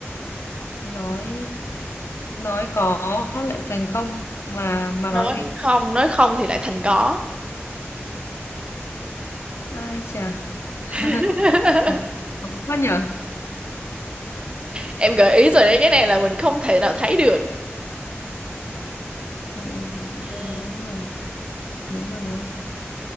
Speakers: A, on the left; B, on the right.
A: Nói nói có lại thành không mà mà
B: Nói
A: nói gì?
B: không, nói không thì lại thành có.
A: Ai chà. <laughs>
B: <laughs>
A: Khó quá nhở.
B: em gợi ý rồi đấy cái này là mình không thể nào thấy được
A: Ờ,
B: Ừ.
A: nói là nếu mà nói